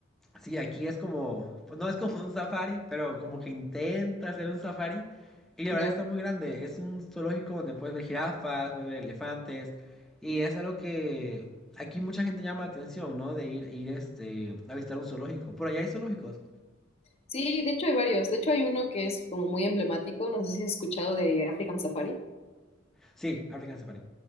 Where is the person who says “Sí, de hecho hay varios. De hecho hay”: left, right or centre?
Left